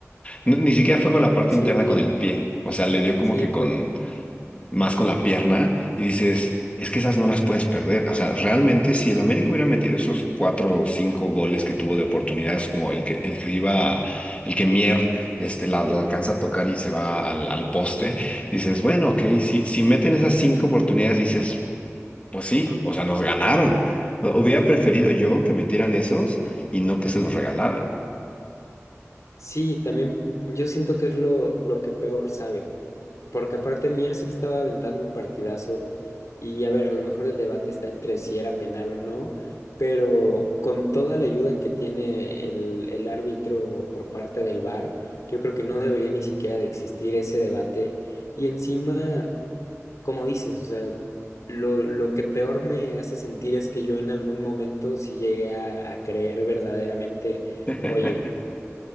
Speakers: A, on the left; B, on the left.
A: n- ni siquiera fue con
B: mm,
A: la parte
B: sí
A: interna
B: lo vi.
A: con el pie. O sea, le dio como
B: Sí,
A: que
B: fue
A: con, más con la pierna y dices, es que esas no las puedes perder. O sea, realmente si el América hubiera metido esos cuatro o cinco goles que tuvo de oportunidades, como el que, el que iba, el que Mier este, la, la alcanza a tocar y se va al, al poste, dices, bueno, ok, si, si meten esas cinco oportunidades, dices, pues sí, o sea, nos ganaron. O- Hubiera preferido yo que metieran esos y no que se los regalaran.
B: Sí, también yo siento que es lo, lo que peor sabe, porque aparte Mier se estaba aventando un partidazo y a ver, a lo mejor el debate está entre si era penal o no, pero con toda la ayuda que tiene el, el árbitro por parte del VAR, yo creo que no debería ni siquiera de existir ese debate y encima como dices, o sea, lo, lo que peor me hace sentir es que yo en algún momento sí llegué a, a creer verdaderamente,
A: <laughs>
B: oye,